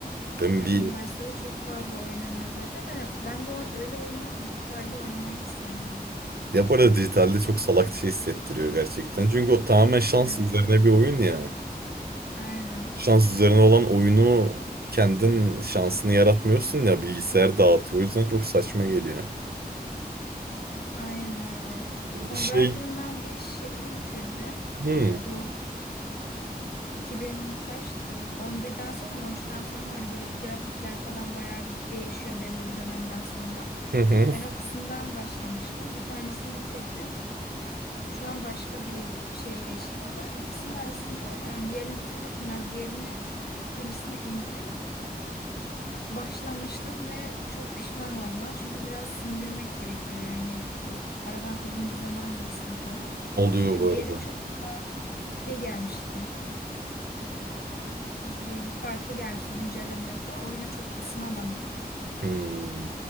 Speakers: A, on the right; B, on the left.
A: Ben
B: Ya
A: bir
B: üniversitede çok fazla oynanıyor zaten. Ben, ben de o- öyle oyunları dijitalde oynamayı hiç sevmem.
A: ya bu arada dijitalde çok salakça hissettiriyor gerçekten. Çünkü o tamamen şans
B: Evet,
A: üzerine bir oyun ya.
B: aynen.
A: Şans üzerine olan oyunu kendin şansını yaratmıyorsun ya bilgisayar dağıtıyor. O yüzden çok saçma geliyor.
B: Aynen öyle. Tomb
A: Şey
B: Raider'ın ben bir şeyini bitirdim.
A: hmm.
B: Ee, bu 2000 kaçtı? 11'den sonra mı 13'ten sonra mı? Hani böyle bir grafikler falan bayağı bir değişiyor belli bir dönemden sonra.
A: <laughs>
B: Ben o kısımdan başlamıştım. Bir tanesini bitirdim. Şu an başka bir şeye geçtim ama ikisinin arasında yani diğerini bitirir bitirmez diğerini ikincisini indirip başlamıştım ve çok pişman oldum ona. Çünkü biraz sindirmek gerekiyor. Yani o- aradan uzun bir zaman geçsin falan.
A: oluyor
B: Çünkü
A: bu
B: diğeri
A: arada.
B: çok daha şey gelmişti. Ee, nasıl diyeyim? Farklı gelmişti güncellemeleri falan. Oyuna çok ısınamadım.
A: Hmm.